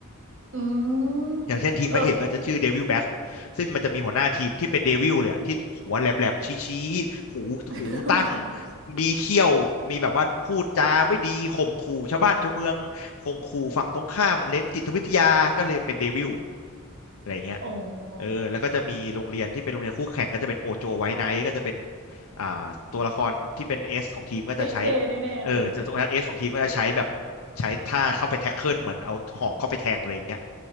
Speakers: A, on the right (about 60°); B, on the left (about 75°).
A: อืมเออ
B: อย่างเช่นทีมพระเอกก็จะชื่อเดวิลแบทซึ่งมันจะมีหัวหน้าทีมที่เป็นเดวิลเลยอะที่หัวแหลมๆชี้ๆหูหูตั้ง
A: <laughs> วันนั้น
B: มีเขี้ยวมีแบบว่าพูดจาไม่ดีข่มขู่ชาวบ้านชาวเมืองข่มขู่ฝั่งตรงข้ามเล่นจิตวิทยาก็เลยเป็นเดวิล อะไรเงี้ย
A: โอ้
B: เออแล้วก็จะมีโรงเรียนที่เป็นโรงเรียนคู่แข่งก็จะเป็นโอโจไว้ไนท์ก็จะเป็นอ่าตัวละครที่เป็นเอสของทีมก็จะใช้
A: เท่ๆแน่ๆเลย
B: เออจะตัวนั้นเอสของทีมก็จะใช้แบบใช้ท่าเข้าไปแท็กเกิลเหมือนเอาหอกเข้าไปแทงอะไรอย่างเงี้ย